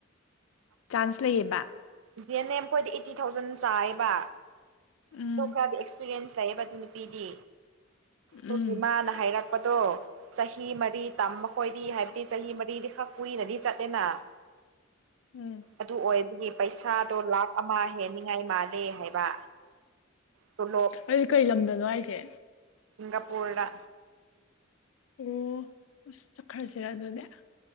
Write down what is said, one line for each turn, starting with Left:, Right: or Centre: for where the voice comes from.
Left: ꯆꯥꯟꯁ ꯂꯩꯌꯦꯕ
Right: ꯖꯤ ꯑꯦꯟ ꯑꯦꯝ ꯑꯩꯈꯣꯏꯗ ꯑꯩꯠꯇꯤ ꯊꯥꯎꯖꯟ ꯆꯥꯏꯕ
Left: ꯎꯝ
Right: ꯑꯗꯣ ꯈꯔꯗꯤ ꯑꯦꯛꯁꯄꯤꯔꯤꯌꯦꯟꯁ ꯆꯕ ꯑꯗꯨ ꯅꯨꯄꯤꯗꯤ ꯑꯩ
Left: ꯎꯝ
Right: ꯃꯥꯅ ꯍꯥꯏꯔꯛ ꯍꯥꯏꯔꯛꯄꯥꯗꯣ ꯆꯍꯤ ꯃꯔꯤ ꯇꯝ ꯃꯈꯣꯏꯗꯤ ꯍꯥꯏꯕꯗꯤ ꯆꯍꯤ ꯃꯔꯤꯗꯤ ꯈꯛ ꯀꯨꯏꯅꯗꯤ ꯆꯠꯂꯦꯅ <unintelligible>
Left: ꯎꯝ
Right: ꯑꯗꯨ ꯑꯣꯏꯕꯒꯤ ꯄꯩꯁꯥꯗꯣ ꯂꯥꯥꯛ ꯑꯃ ꯍꯦꯟꯅꯤꯉꯥꯏ ꯃꯥꯜꯂꯦ ꯍꯥꯏꯕ ꯇꯣꯂꯣꯞ
Left: ꯀꯩ ꯀꯩ ꯂꯝꯗꯅꯣ ꯍꯥꯏꯁꯦ
Right: ꯅꯞꯕꯣꯔꯥ
Left: ꯑꯣ ꯆꯠꯈ꯭ꯔꯥꯁꯤꯔ ꯑꯗꯨꯗꯤ